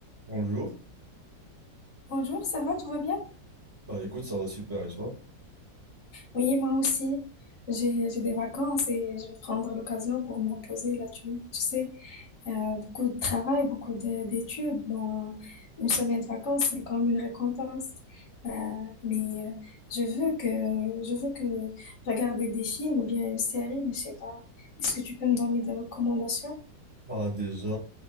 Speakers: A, on the right (about 30°); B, on the left (about 35°).
A: Bonjour.
B: Bonjour, ça va, tout va bien?
A: Bah écoute, ça va super et toi?
B: Oui, moi aussi. J'ai j'ai des vacances et je vais prendre l'occasion pour me reposer là. Tu, tu sais, euh, beaucoup de travail, beaucoup de- d'études. Bon, une semaine de vacances, c'est comme une récompense. Euh, mais euh, je veux que je veux que regarder des films ou bien une série, mais je sais pas. Est-ce que tu peux me donner des recommandations?
A: Bah déjà,